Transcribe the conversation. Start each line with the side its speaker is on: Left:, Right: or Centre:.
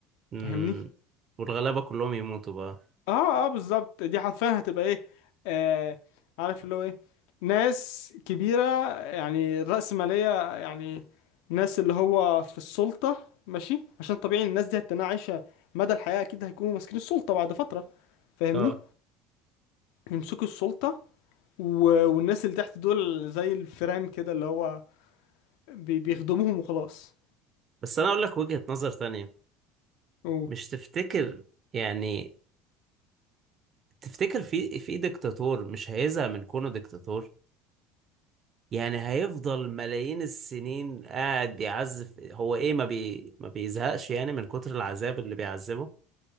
Right: امم
Left: فاهمني
Right: والغلابة كلهم يموتوا بقى
Left: اه اه بالظبط دي حرفيا هتبقى ايه آه عارف اللي هو ايه ناس كبيرة يعني رأسمالية يعني ناس اللي هو في السلطة ماشي عشان طبيعي الناس دي هتكون عايشة مدى الحياة أكيد هيكونوا ماسكين السلطة بعد فترة فاهمني
Right: اه
Left: يمسكوا السلطة و... والناس اللي تحت دول زي الفيران كده اللي هو بي... بيخدموهم وخلاص
Right: بس انا اقول لك وجهة نظر تانية
Left: أوه.
Right: مش تفتكر يعني تفتكر في في ديكتاتور مش هيزهق من كونه ديكتاتور يعني هيفضل ملايين السنين قاعد يعذب هو ايه ما بي ما بيزهقش يعني من كتر العذاب اللي بيعذبه